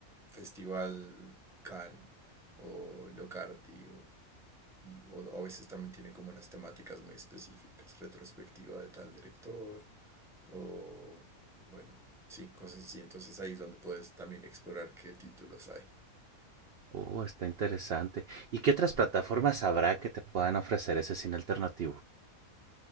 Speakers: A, in the centre; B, on the right.
A: Festival Cannes o Locardi o y o, o a veces también tiene como unas temáticas muy específicas, retrospectiva de tal director, o bueno, sí, cosas así. Entonces ahí es donde puedes también explorar qué títulos hay.
B: Oh, está interesante. ¿Y qué otras plataformas habrá que te puedan ofrecer ese cine alternativo?